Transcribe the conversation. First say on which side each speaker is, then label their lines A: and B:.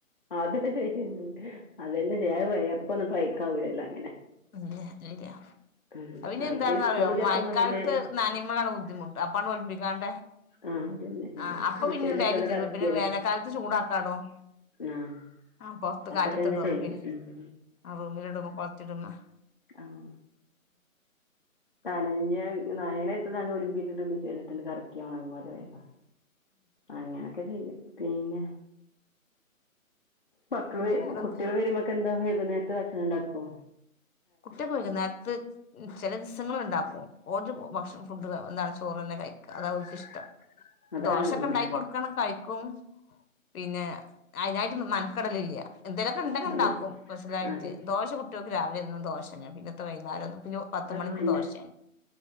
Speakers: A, on the left; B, on the left.
A: അതിട്ടിട്ട് അത് ഇല്ലില്ല. അത് വേയർപ്പേണ് അത് സയി കൗലല്ലാം അങ്ങനെ
B: ഇല്ല ഇല്ല
A: ആഹ്
B: പിന്നെ
A: ആഴ്ചയിൽ
B: എന്താന്ന്റിയോ
A: സ്കൂളില്ലാത്തുമ്പോ
B: മഴക്കാലത്ത്
A: പിന്നെ
B: നാനയമ്മളാണ് ബുദ്ധിമുട്ട് അപ്പാണ് ഒലിമ്പിക്കാണ്ട്
A: ആഹ് അതന്നെ ചെയ്യല്
B: ആ അപ്പൊ
A: മിഷീനിലിട്ടാണ്ട്
B: പിന്നെണ്ടായും തീരു
A: കറക്കിയാ
B: പിന്നെ
A: മതി
B: വേനൽക്കാലത്ത് ചൂടാക്കാടും
A: ആഹ്
B: ആ പുൊറത്ത്
A: അതൊക്കെ
B: കാറ്റത്തിടും
A: തന്നെ
B: അ
A: ചെയ്യല്
B: പിന്ന
A: ഉം
B: റൂമിലിടുമ്പോ കൊറത്തി ഇടമ്പോ
A: ആഹ നാന നാനേനെ ഇത് ഒളിമ്പറ്റ് മിിട്ടിണ്ട് കറക്കിയോണംല വേക്കം അങ്ങനൊക്കെ ചെയ്യും പന്നെ മക്കള്
B: പിന്നെ വേറെന്താ
A: കുട്ടികൾ വരുമ്പോൊക്കെ എന്താ വൈകുന്നേരം ഭക്ഷണംഉണ്ടാക്കോ
B: കുട്ടിയക്കെ പോയിക്കുന്ന നേരത്ത് ചില ദിവസങ്ങളിൾ ഉണ്ടാക്കും ഓജ ഭക്ഷ ഫുഡ് എന്താണ് ചോറന്നെ കഴിക്കുക അതാ അവൾക്ക് ഇഷ്ടം
A: അതാണ്
B: ദോശൊക്കെ
A: ഉം
B: ഉണ്ടാക്കി കൊടുക്കണം കഴിക്കും പിന്നെ അതിനായിട്ട് മെനക്കടൽ ഇല്ല എന്തേലൊക്കെ ഉണ്ടെങ്ങിൽ
A: അതെ
B: ഉണ്ടാക്കും സ്പെഷ്യലായിട്ട്
A: അതെ
B: ദോശ കുട്ടികൾക്ക് രാവിലെ എന്നും ദോഷനേ പിന്നെ വൈകുന്നേരം പത്ത്
A: ആഹ്
B: മണിക്കും
A: അന്നെ
B: ദോശയാണ്